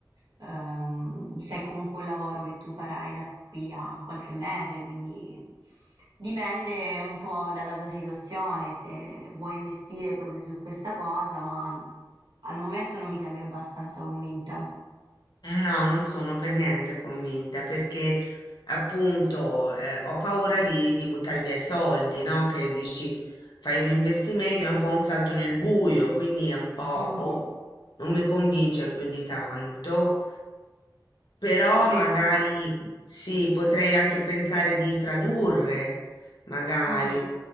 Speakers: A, on the right; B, on the left.
A: ehm, se è comunque un lavoro che tu farai da qui a qualche mese, quindi dipende un po' dalla tua situazione, se vuoi investire proprio su questa cosa, ma al momento non mi sembri abbastanza convinta.
B: No, non sono per niente convinta perché appunto eh, ho paura di, di buttare via i soldi, no? Che dici fai un investimento, è un po' un salto nel buio, quindi è un po',
A: Mhm.
B: boh, non mi convince più di tanto, però
A: Men-
B: magari sì, potrei anche pensare di tradurre, magari
A: mhm.